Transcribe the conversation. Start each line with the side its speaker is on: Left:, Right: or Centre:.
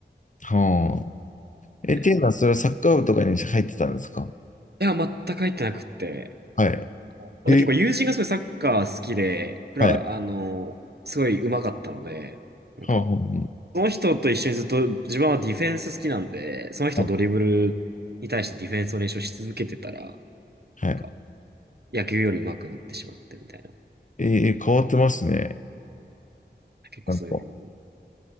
Left: はあ。え、っていうのは、
Right: ええ
Left: それはサッカー部とかに入ってたんですか
Right: いや、全く入ってなくって。
Left: はい。
Right: また結構友人がすごいサッカー好きで、
Left: え、
Right: 僕ら、
Left: はい。
Right: あの、すごい上手かったので、なんか、
Left: はあ、は
Right: その人と一緒にずっと、自分はディフェンス好きなんで、その人のドリブルに対してディフェンスを練習し続けてたら、
Left: あ、はあはい。
Right: なんか、
Left: はい
Right: 野球より上手くなってしまってみたいな。
Left: えー変わってますね。
Right: 結構そういう
Left: なんか。